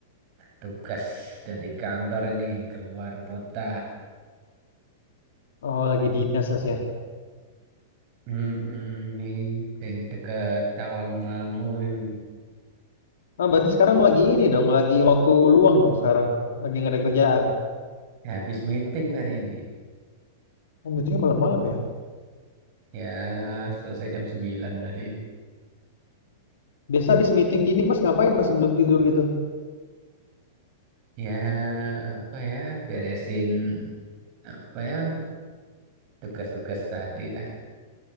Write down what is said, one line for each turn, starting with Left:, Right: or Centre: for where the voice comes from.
Right: tugas dari kantor ini keluar kota.
Left: Oh, lagi dinas Mas ya.
Right: Mm-mm, ini dari dekat Tawangmangu ini.
Left: Ah, berarti sekarang lagi ini dong, lagi waktu luang dong sekarang. Lagi nggak ada kerjaan.
Right: Habis meeting tadi ini.
Left: Oh, meetingnya malam-malam ya?
Right: Ya selesai jam 9 tadi.
Left: Biasa habis meeting gini Mas ngapain Mas sebelum tidur gitu?
Right: Ya apa ya beresin apa ya tugas-tugas tadi lah.